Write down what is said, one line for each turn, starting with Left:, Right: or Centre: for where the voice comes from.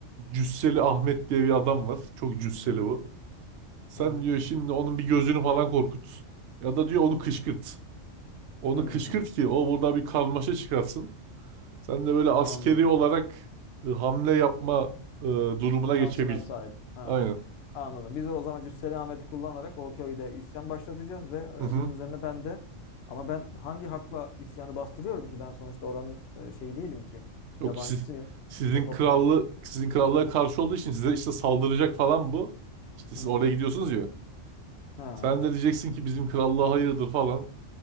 Right: Cüsseli Ahmet diye bir adam var. Çok cüsseli
Left: Hı hı.
Right: bu. Sen
Left: Hı hı.
Right: diyor şimdi onun bir gözünü falan korkut. Ya da diyor onu kışkırt. Onu
Left: Hmm.
Right: kışkırt ki o burada bir karmaşa çıkarsın. Sen de böyle askeri
Left: Anladım.
Right: olarak e, hamle yapma e, durumuna
Left: Şansına
Right: geçebil.
Left: sahip. Ha,
Right: Aynen.
Left: anladım. Biz de o zaman Cüsseli Ahmet'i kullanarak o köyde isyan başlatacağız ve
Right: Hı
Left: e,
Right: hı.
Left: bunun üzerine ben de ama ben hangi hakla isyanı bastırıyorum ki? Ben sonuçta oranın e, şeyi değilim ki.
Right: Yok
Left: Yabancısıyım.
Right: siz sizin
Left: O toprağın.
Right: krallı sizin krallığa karşı olduğu için size işte saldıracak falan bu. İşte siz
Left: Hı hı.
Right: oraya gidiyorsunuz ya.
Left: Ha.
Right: Sen de diyeceksin ki bizim krallığa hayırdır falan.